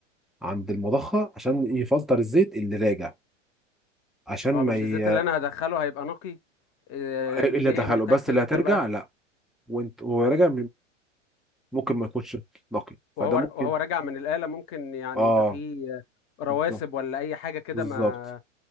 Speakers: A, in the centre; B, on the left (about 35°).
A: عند المضخة عشان يفلتر الزيت اللي راجع عشان
B: هو مش
A: ما ي...
B: الزيت اللي أنا هدخله هيبقى نقي إيه...
A: اللي
B: ليه
A: دخله
B: محتاج
A: بس
B: فلتر
A: اللي هترجع
B: بقى
A: لا وانت وهو راجع ممكن ما يكونش نقي
B: وهو
A: فده ممكن
B: وهو راجع من الآلة ممكن يعني
A: اه
B: يبقى فيه رواسب
A: بالظبط
B: ولا أي حاجة كده
A: بالظبط
B: ما